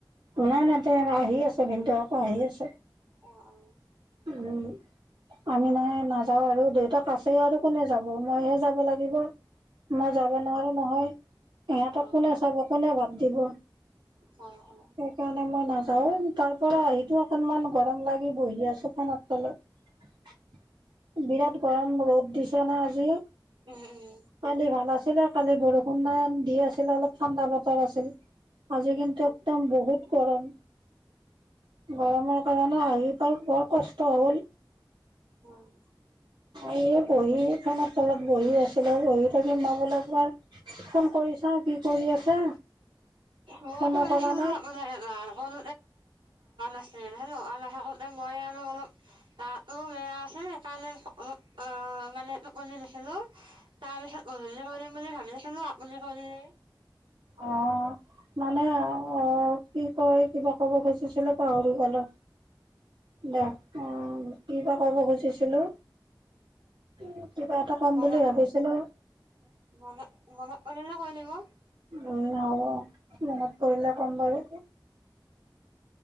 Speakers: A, on the right; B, on the right.
A: নাই নাই তে আহি আছে ভিনদৌ আকৌ আহি আছে।
B: অঁ, অঁ।
A: উম আমি নাই নাযাও আৰু দেউতাক আছে আৰু কোনে যাওঁ। সোমবাৰে হে যাব লাগিব। মই যাব নোৱাৰো নহয় ইহঁতক
B: অ
A: কোনে চাব কোনে বাদ দিব।
B: হয় হয়।
A: সেইকাৰণে মই তাৰ পৰা আহি অকনমান গৰম লাগি বহি আছ ফোনত তলত। বিৰাট গৰম ৰদ দিছ না আজি
B: উম উম
A: কালি ভাল আছিলে। খালি বৰষুণ দি আছিল অলপ ঠাণ্ডা বতৰ আছিল। আজি কিন্ত একদম বহুত গৰম গৰমৰ কাৰণে আহি পাই বৰ কষ্ট হ'ল
B: উ <unintelligible>
A: এই বহি ফেনৰ তলত বহি আছিলো বহি থাকি মই বোলো এবাৰ ফোন কৰিছো চা কি কৰি আছে
B: মই
A: ফোনো
B: শনিছিলো
A: কৰা নাই
B: আপোনাৰ মানে লৰা ন আছিল লৰা নানে মই আৰু অলপ গাতো বেয়া আছিল সেইকাৰণে আলপ মানে টুপনিত আছিলো তাৰ পিছত গধূলি কৰিম বুলি ভাবি আছিলো আপুনি কৰিলে
A: অঁ মানে অ কি কয় কিবা ক'ব খুজিছিলো পাহৰি গলোঁ দ অ কি বা কব খুজিছিলো উ কিবা এটা কম
B: মনত
A: বুলি ভাবিছিলো
B: মনত মনত পৰিলে কৈ দিব
A: উম, হ'ব মনত পৰিলে কম বাৰু